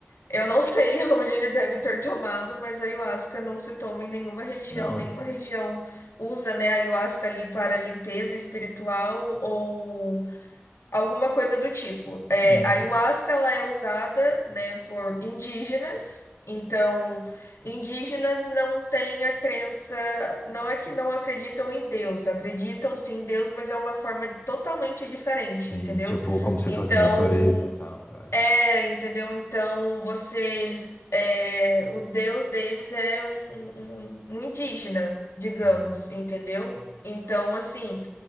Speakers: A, on the left; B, on the left.
A: eu não <laughs> sei onde ele deve ter tomado, mas a ayahuasca não se toma em nenhuma religião,
B: Não,
A: nenhuma
B: e-
A: religião usa, né, a ayahuasca ali para limpeza espiritual ou Alguma coisa do tipo. É,
B: uhum.
A: a ayahuasca ela é usada, né, por indígenas. Então, indígenas não têm a crença, não é que não acreditam em Deus, acreditam sim em Deus, mas é uma forma totalmente diferente,
B: sim,
A: entendeu?
B: tipo, como se
A: Então,
B: fosse natureza e tal, eu acho.
A: é, entendeu? Então, você, eles, é, o Deus deles é um, um um um indígena, digamos,
B: Hum,
A: entendeu? Então, assim.